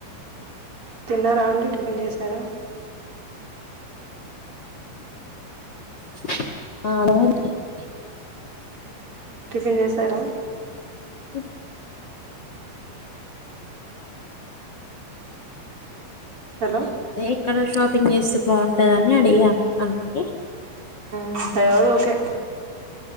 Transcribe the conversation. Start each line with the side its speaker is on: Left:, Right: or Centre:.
Right: తిన్నారా అండి టిఫెన్ చేసారా
Left: <unintelligible>
Right: టిఫిన్ చేసారా
Left: ఇ
Right: హలో
Left: అదే ఎక్కడ షాపింగ్ చేస్తే బాగుంటదని అడిగాం అందుకి
Right: మ్ ఏదైనా ఓకే